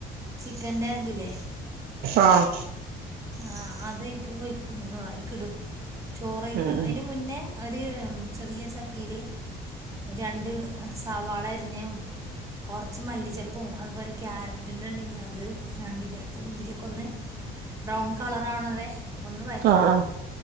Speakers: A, on the right; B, on the right.
A: ചിക്കന്റെ ഇതില്ലേ
B: ആഹ്
A: ആഹ് അതയിക്ക് ഒയി അയിക്കിടും ചോറയ്ക്കിടും
B: ഉം ഉം
A: അതിൻ്റെ മുന്നേ ഒരു ചെറിയ ചട്ടിയിൽ രണ്ട് സവാള അരിഞ്ഞ് കൊറച്ച് മല്ലി ചപ്പ് ഉപ്പും അതുപോലെ ക്യാരറ്റിൻ്റെണ്ടെങ്കി അ അത് അണ്ടി പരിപ്പുംമുന്തിരിയൊക്കെ ഒന്ന് ബ്രൗൺ കളറാവണ വരെ ഒന്ന് വയറ്റിയെടുക്കണം
B: ആഹ് ആഹ്